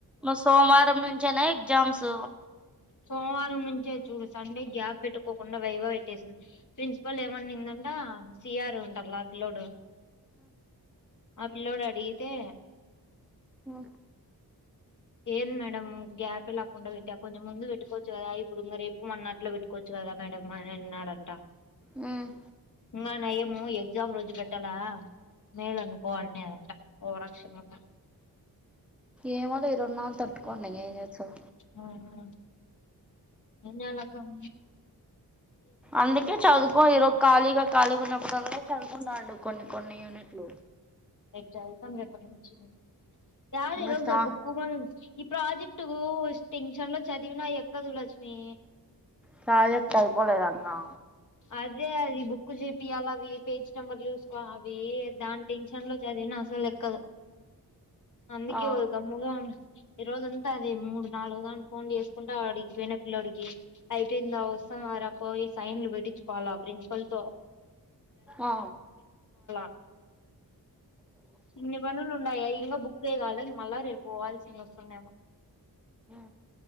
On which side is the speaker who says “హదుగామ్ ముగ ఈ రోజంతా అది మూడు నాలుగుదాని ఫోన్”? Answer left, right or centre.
Left